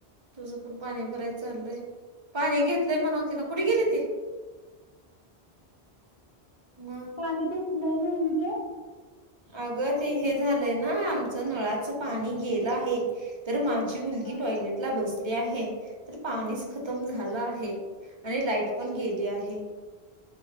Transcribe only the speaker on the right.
तुझं पण पाणी भरायच चालय पाणी घेतलंय म्हणाव तिला कुठे गेली ती मग
अग ते हे झालंय ना आमचं नळाच पाणी गेलं आहे तर माझ ती मुलगी
टॉयलेट ला बस आहे तर पाणीच खतम झालं आहे आणि लाइट पण गेली आहे